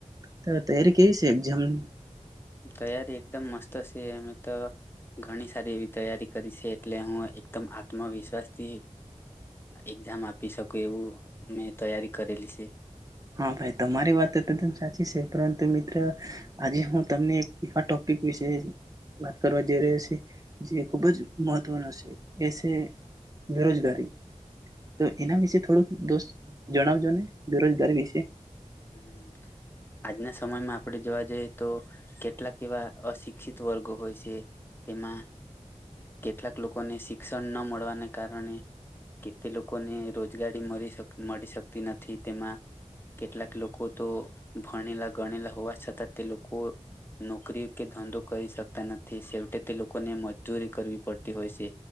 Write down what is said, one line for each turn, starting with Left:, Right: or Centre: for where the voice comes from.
Right: તો તૈયારી કેવી છે એક્ઝામની?
Left: તૈયારી એકદમ મસ્ત સ સે એમ તો ઘણી સારી એવી તૈયારી કરી છે. એટલે હું એકદમ <unintelligible> આત્મવિશ્વાસથી એક્ઝામ આપી શકું એવું મેં તૈયારી કરેલી સે.
Right: હા ભાઈ. તમારી વાત તદન સાચી સે, પરંતુ મિત્ર આજે હું તમને એક એવા ટોપિક વિશે વાત કરવા જઈ રહ્યો સે, જે ખુબ જ મહત્વનો સે, એ સે બેરોજગારી. તો એના વિશે થોડુંક દોસ્ત જણાવજો ને, બેરોજગારી વિ શે.
Left: હમ્મ. આજના સમયમાં આપણે જોવા જઈએ તો કેટલાક એવા અશિક્ષિત વર્ગો હોય સે, તેમાં કેટલાક લોકોને શિક્ષણ ન મળવાને કારણે કે તે લોકોને રોજગારી મળી શ મળી શકતી નથી. તેમાં કેટલાક લોકો તો ભણેલા ગણેલા હોવા છતાં તે લોકો નોકરી કે ધંધો કરી શકતા નથી, સેવટે તે લોકોને મજૂરી કરવી પડતી હોય છે